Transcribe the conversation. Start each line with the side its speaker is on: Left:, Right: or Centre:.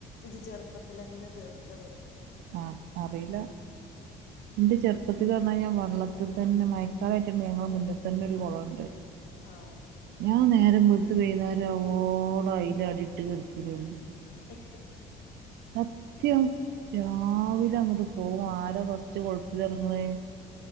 Left: ഇജ്ജ് ചെറുപ്പത്തിൽ അന്നെ തീർത്തത്
Right: ആഹ് അറിയില
Left: <inaudible>
Right: ഇന്റെ ചെറുപ്പത്തിൽ പറഞ്ഞ കഴിഞ്ഞാൽ വെള്ളത്തിൽ തന്നെ മഴക്കാലായിട്ടുണ്ട് ഞങ്ങൾ മുന്നിൽ തന്നെ ഒരു കുളംുണ്ട്
Left: ആഹ്
Right: ഞാൻ നേരം വെളുത്തു വൈന്നേരം അവോളാ അയില അടി ഇട്ട് കിടക്കലന്ന്
Left: അ
Right: സത്യം രാവിലെ
Left: ആഹ്
Right: അങ്ങട്ട് പോവും ആര ഫസ്റ്റ് കൊളത്തിലിറങ്ങണേ